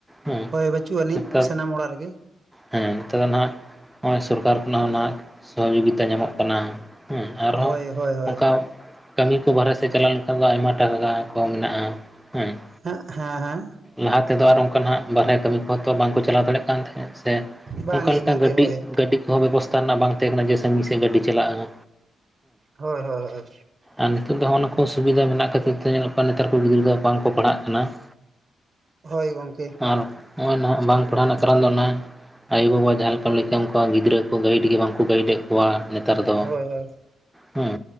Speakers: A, in the centre; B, on the right.
A: ᱦᱮᱸ
B: ᱦᱳᱭ ᱵᱟᱹᱪᱩᱜ ᱟᱹᱱᱤᱡ
A: ᱱᱮᱛᱟᱨ
B: ᱥᱟᱱᱟᱢ ᱚᱲᱟᱜ ᱨᱮᱜᱮ,
A: ᱦᱮᱸ ᱱᱮᱛᱟᱨ ᱫᱚ ᱱᱟᱦᱟᱜ ᱱᱚᱜᱼᱚᱭ, ᱥᱚᱨᱠᱟᱨ ᱠᱷᱚᱱᱟᱜ ᱦᱚᱸ ᱱᱟᱦᱟᱜ ᱥᱚᱦᱚᱡᱳᱜᱤᱛᱟ ᱧᱟᱢᱚᱜ ᱠᱟᱱᱟ᱾ ᱦᱮᱸ ᱟᱨᱦᱚᱸ
B: ᱦᱳᱭ ᱦᱳᱭ ᱦᱳᱭ
A: ᱚᱱᱠᱟ ᱠᱟᱹᱢᱤ ᱠᱚ ᱵᱟᱨᱦᱮ ᱥᱮᱫ ᱪᱟᱞᱟᱣ ᱞᱮᱱᱠᱷᱟᱱ ᱫᱚ ᱟᱭᱢᱟ ᱴᱟᱠᱟ ᱠᱚ ᱢᱮᱱᱟᱜᱼᱟ᱾ᱦᱮᱸ
B: ᱦᱮᱸ ᱦᱮᱸ ᱦᱮᱸ
A: ᱞᱟᱦᱟ ᱛᱮᱫᱚ ᱟᱨ ᱚᱱᱠᱟ ᱱᱟᱜ ᱵᱟᱨᱦᱨᱮ ᱠᱟᱹᱢᱤ ᱠᱚᱦᱚᱸ ᱛᱚ ᱵᱟᱝᱠᱚ ᱪᱟᱞᱟᱣ ᱫᱟᱲᱮᱭᱟᱜ ᱠᱟᱱ ᱛᱟᱸᱦᱮ᱾ ᱥᱮ
B: ᱵᱟᱝᱜᱮ
A: ᱚᱱᱠᱟ ᱞᱮᱠᱟ
B: ᱜᱚᱢᱠᱮ
A: ᱜᱟᱹᱰᱤ
B: ᱦᱳᱭ
A: ᱜᱟᱹᱰᱤ ᱠᱚ ᱵᱮᱵᱚᱥᱛᱷᱟ ᱨᱮᱱᱟᱜ ᱵᱟᱝ ᱛᱟᱦᱮᱸ ᱠᱟᱱᱟ᱾ ᱡᱮ ᱥᱟᱺᱜᱤᱧ ᱥᱮᱫ ᱜᱟᱹᱰᱤ ᱪᱟᱞᱟᱜᱼᱟ᱾
B: ᱦᱳᱭ ᱦᱳᱭ ᱦᱳᱭ
A: ᱟᱨ ᱱᱤᱛᱚᱜ ᱫᱚ ᱦᱚᱜ ᱱᱚᱣᱟ ᱠᱚ ᱥᱩᱵᱤᱫᱷᱟ ᱢᱮᱱᱟᱜ ᱠᱷᱟᱹᱛᱤᱨ ᱛᱮ ᱧᱮᱞᱚᱜ ᱠᱚᱱᱟ ᱱᱮᱛᱟᱨ ᱠᱚ ᱜᱤᱫᱽᱨᱟᱹ ᱫᱚ ᱵᱟᱝᱠᱚ ᱯᱟᱲᱦᱟᱜ ᱠᱟᱱᱟ᱾ <inaudible>
B: ᱦᱳᱭ ᱜᱚᱝᱠᱮ
A: ᱟᱨ ᱱᱚᱜᱼᱚᱭ ᱱᱟᱦᱟᱜ ᱵᱟᱝ ᱯᱟᱲᱦᱟᱜ ᱨᱮᱱᱟᱜ ᱠᱟᱨᱟᱱ ᱫᱚ ᱚᱱᱟ ᱟᱭᱳᱵᱟᱵᱟ ᱡᱟᱦᱟᱸ ᱞᱮᱠᱟᱢ ᱞᱟᱹᱭ ᱠᱮᱟᱢ ᱚᱱᱠᱟ ᱜᱤᱫᱽᱨᱟᱹ ᱠᱚ ᱜᱟᱭᱤᱰ ᱜᱮ ᱵᱟᱝᱠᱚ ᱜᱟᱭᱤᱰ ᱮ ᱠᱚᱣᱟᱜ ᱱᱮᱛᱟᱨ ᱫᱚ
B: ᱦᱳᱭ ᱦᱳᱭ
A: ᱦᱩᱢ